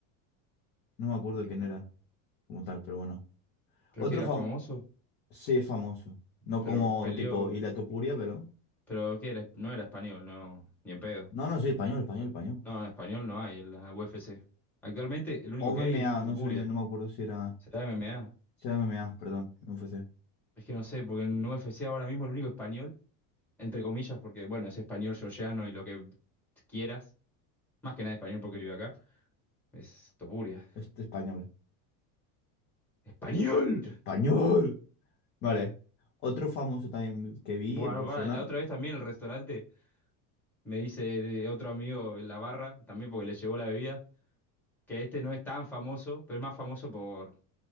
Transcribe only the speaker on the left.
no me acuerdo quién era como tal, pero bueno.
Otro
famoso,
sí es famoso. No
como
tipo Ilia Topuria, pero.
No, no, sí, español, español, español.
O MMA,
no sé, no me acuerdo si era.
Si era MMA, perdón, no UFC.
Este español.
¡Español! Vale. Otro famoso también que vi
en persona.